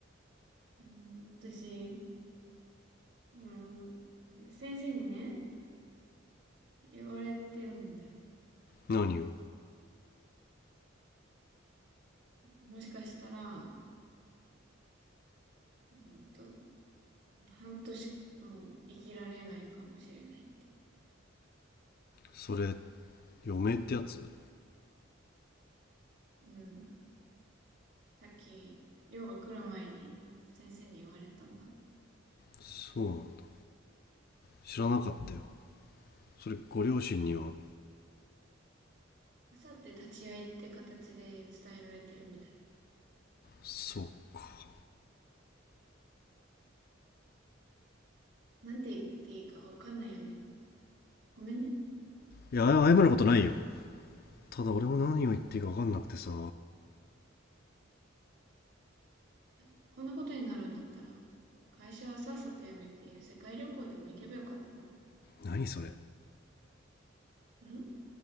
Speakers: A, on the right; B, on the left.
A: うん、私、その、先生にね、言われてるんだよね。
B: 何よ
A: もしかしたら、うんと、半年も生きられないかもしれない。
B: それ嫁ってやつ
A: うん。さっき、寮が来る前に先生に言われたんだ。
B: そうなんだ知らなかったよそれご両親には
A: あさって立ち会いって形で伝えられてるみたい。
B: そうか
A: なんて言っていいかわかんないよね。ごめんね。
B: いや謝ることないよただ俺も何を言っていいか分かんなくてさ
A: いやこんなことになるんだったら、会社さっさと辞めて世界旅行でも行けばよかったな。
B: 何それ
A: ん